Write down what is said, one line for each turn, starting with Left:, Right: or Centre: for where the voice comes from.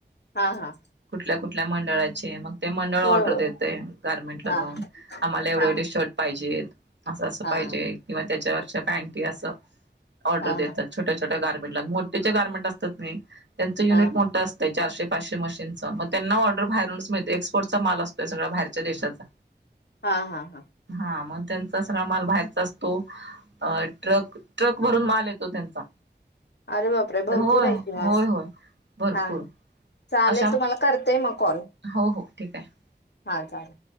Left: हा हा
Right: कुठल्या कुठल्या मंडळाचे मग ते मंडळ
Left: होय
Right: ऑर्डर
Left: होय
Right: देते गारमेंटला
Left: हा
Right: जाऊन. आला एवढव
Left: हा
Right: शर्टहि पाहिजेत असं असं
Left: हा
Right: पाहिजे
Left: हा
Right: किंवा त्याच्यावर पॅनटी असं ऑर्डर
Left: हा
Right: देतात छोट्या छोट्या गारमेंट ला मोठे गार्मेंट असतात त्यांचं युनिट
Left: हा
Right: मोठं असतं चारशे पाचशे मशीनचं मग त्यांना ऑर्डर बाहेरूनच मिळते एक्सपोर्टचा माल असतोय सगळा बाहेरच्या देशाचा.
Left: हा हा हा
Right: हा मग त्यांचा सगळा माल बाहेरचा असतो अ ट्रक ट्रक भरून माल येतो त्यांचा
Left: अरे बापरे भरपूर
Right: होय
Left: आहे कि म
Right: होय होय भरपूर
Left: हा चालेल
Right: अशा
Left: तुम्हाला करते मग कॉल
Right: हो हो ठीक आहे.
Left: हा चालेल